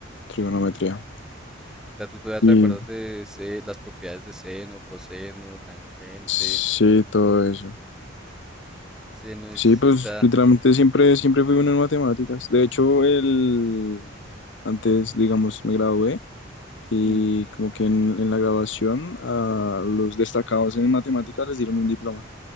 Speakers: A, on the left; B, in the centre.
A: trigonometría.
B: O sea, tú todavía te
A: Y
B: acuerdas de se- las propiedades de seno, coseno, tangente.
A: sí, todo eso.
B: Seno es,
A: Sí, pues
B: o sea,
A: literalmente siempre, siempre fui bueno en matemáticas. De hecho, el, antes, digamos, me gradué y
B: mm,
A: como que en, en la graduación a los destacados en matemáticas les dieron un diploma.